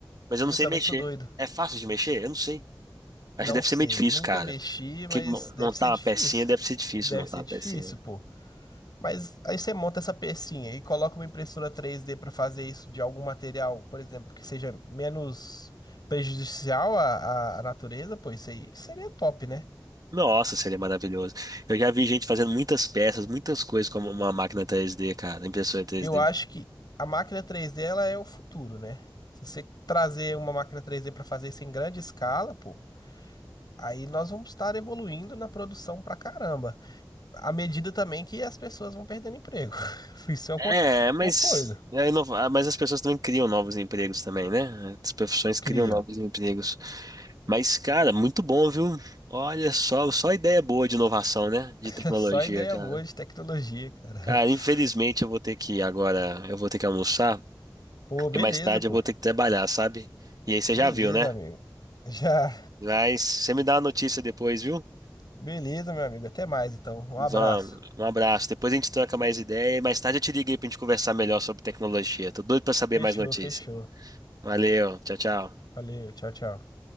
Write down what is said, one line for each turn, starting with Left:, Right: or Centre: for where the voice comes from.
Right: mas eu não
Left: eu
Right: sei
Left: também
Right: mexer.
Left: sou doido.
Right: É fácil de mexer? Eu não sei.
Left: Não
Right: Acho que deve
Left: sei,
Right: ser meio difícil,
Left: nunca
Right: cara.
Left: mexi, mas
Right: Que mo-
Left: deve
Right: montar
Left: ser
Right: uma
Left: difícil.
Right: pecinha deve ser difícil
Left: Deve
Right: montar
Left: ser
Right: uma
Left: difícil,
Right: pecinha.
Left: pô. Mas aí você monta essa pecinha e coloca uma impressora 3D para fazer isso de algum material, por exemplo, que seja menos prejudicial à, à à natureza, pô, isso aí seria top, né?
Right: Nossa, seria maravilhoso. Eu já vi gente fazendo muitas peças, muitas coisas com uma máquina três d cara, impressora três
Left: Eu
Right: d
Left: acho que a máquina 3D ela é o futuro, né? Se você trazer uma máquina 3D para fazer isso em grande escala, pô, aí nós vamos estar evoluindo na produção pra caramba. À medida também que as pessoas vão perdendo emprego. <laughs> Isso é uma,
Right: É, mas,
Left: uma coisa.
Right: é inova- ah, mas as pessoas também criam novos empregos também, né? As profissões criam
Left: Criam.
Right: novos
Left: <laughs>
Right: empregos. Mas, cara, muito bom, viu? Olha só, só ideia boa de inovação, né? De tecnologia,
Left: É só ideia
Right: cara.
Left: boa de tecnologia, cara.
Right: Cara, infelizmente
Left: <laughs>
Right: eu vou ter que ir agora, eu vou ter que almoçar
Left: Pô, beleza,
Right: e mais tarde
Left: pô.
Right: eu vou ter que trabalhar, sabe? E aí você
Left: Beleza,
Right: já viu, né?
Left: amigo. Já.
Right: Mas você me dá uma notícia depois, viu?
Left: Beleza, meu amigo. Até mais, então. Um
Right: Vamos,
Left: abraço.
Right: um abraço. Depois a gente troca mais ideia e mais tarde eu te liguei pra gente conversar melhor sobre tecnologia. Tô doido pra saber
Left: Fechou,
Right: mais notícias.
Left: fechou.
Right: Valeu, tchau, tchau.
Left: Valeu, tchau, tchau.